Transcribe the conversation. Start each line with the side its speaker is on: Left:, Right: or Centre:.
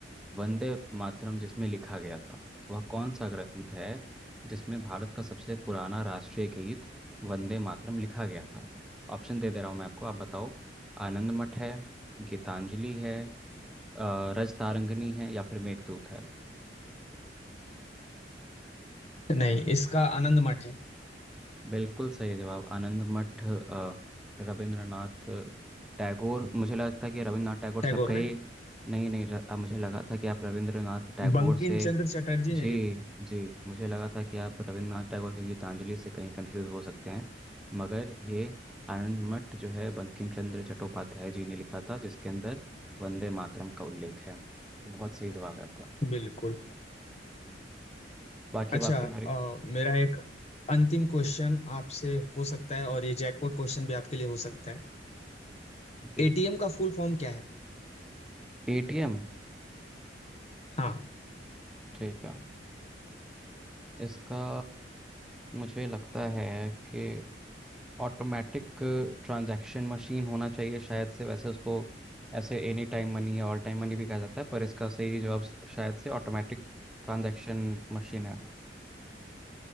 Centre: वंदे मातरम जिसमें लिखा गया था वह कौन सा ग्रंथ है जिसमें भारत का सबसे पुराना राष्ट्रीय गीत वंदे मातरम लिखा गया था ऑप्शन दे दे रहा हूँ मैं आपको आप बताओ आनंद मठ है गीतांजलि है अ, रजतारंगिणी है या फिर मेघदूत है
Left: नहीं इसका आनंद मठ है
Centre: बिल्कुल सही जवाब आनंद मठ अ, रविंद्रनाथ टैगोर मुझे लगता है कि रविंद्रनाथ टैगोर
Left: टैगोर
Centre: से आप कहे
Left: ने
Centre: नहीं नहीं र, अ, मुझे लगा था कि आप रविंद्रनाथ टैगोर
Left: लिखा बंकिम
Centre: से
Left: चंद्र चटर्जी
Centre: जी
Left: ने लिखा
Centre: जी मुझे लगा था कि आप रविंद्रनाथ टैगोर की गीतांजलि से कहीं कंफ्यूज हो सकते हैं मगर ये आनंद मठ जो है बंकिम चंद्र चट्टोपाध्याय जी ने लिखा था जिसके अंदर वंदे मातरम का उल्लेख है तो बहुत सही जवाब है आपका
Left: है। बिल्कुल
Centre: बाकी
Left: अच्छा
Centre: अब आपकी बारी
Left: अ, मेरा एक अंतिम क्वेश्चन आपसे हो सकता है और ये जैकपॉट क्वेश्चन भी आपके लिए हो सकता है
Centre: जी
Left: एटीएम का फुल फॉर्म क्या है
Centre: एटीएम
Left: हाँ
Centre: ठीक है इसका मुझे लगता है कि ऑटोमेटिक ट्रांजैक्शन मशीन होना चाहिए शायद से वैसे उसको ऐसे एनी टाइम मनी या ऑल टाइम मनी भी कहा जाता है पर इसका सही जवाब शायद से ऑटोमेटिक ट्रांजैक्शन मशीन है